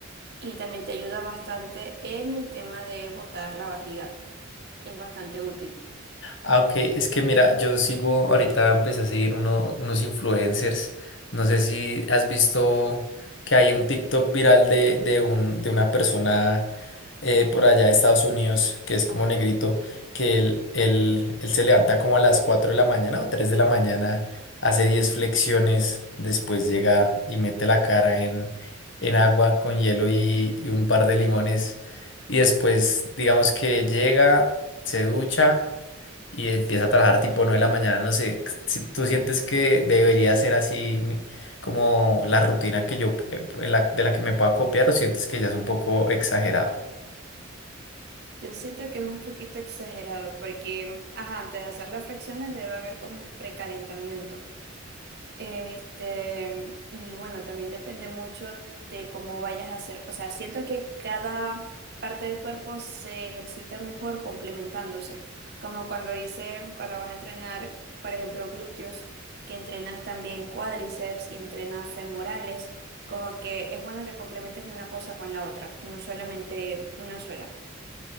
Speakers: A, on the right (about 55°); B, on the left (about 65°).
A: y también te ayuda bastante en el tema de botar la barriga. Es bastante útil.
B: Ah, ok, es que mira, yo sigo, ahorita empecé a seguir uno- unos influencers. No sé si has visto que hay un TikTok viral de, de un, de una persona eh, por allá de Estados Unidos, que es como negrito, que él, él- él se levanta como a las 4 de la mañana o 3 de la mañana, hace 10 flexiones, después llega y mete la cara en, en agua con hielo y, y un par de limones, y después digamos que llega, se ducha y empieza a trabajar tipo 9 de la mañana, no sé, si tú sientes que debería ser así mi- como la rutina que yo, eh, en la- de la que me pueda copiar o sientes que ya es un poco exagerado.
A: Yo siento que es un poquito exagerado porque, ajá, antes de hacer las fracciones debe haber como un precalentamiento. Este, y bueno, también depende mucho de cómo vayas a hacer. O sea, siento que cada parte del cuerpo se ejercita mejor complementándose. Como cuando dice, cuando vas a entrenar, por ejemplo, glúteos, que entrenas también cuádriceps y entrenas femorales, como que es bueno que complementes una cosa con la otra, no solamente una sola.